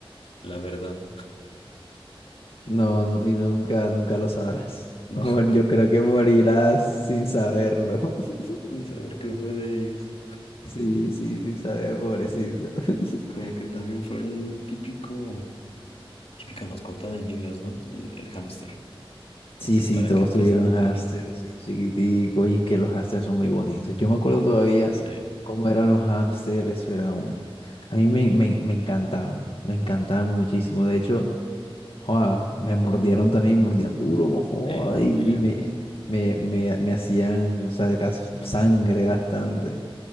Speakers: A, on the left (about 90°); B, on the left (about 70°).
A: la verdad.
B: No, no, y nunca, nunca lo sabrás. <laughs>
A: No,
B: Mor-
A: <laughs>
B: Yo creo que morirás sin saberlo. <laughs>
A: sin saber qué fue de ellos.
B: Sí, sí, sin saber, pobrecito. <laughs>
A: Como que también fue el típico, típica mascota de niños, ¿no? El, el hámster. Como
B: Sí,
A: que
B: sí,
A: para
B: todos
A: que empezara,
B: tuvieron hámsters, sí, chiquitico, y es que los hámsters son muy bonitos. Yo me acuerdo todavía
A: se
B: cómo eran los hámsters, eso era un... A mí me, me, me encantaban, me encantaban muchísimo. De hecho, joa, me mordieron también, mordían duro, no joda,
A: eh, mordían.
B: y, y me, me, me, me hacían, o sea, cas- sangre bastante.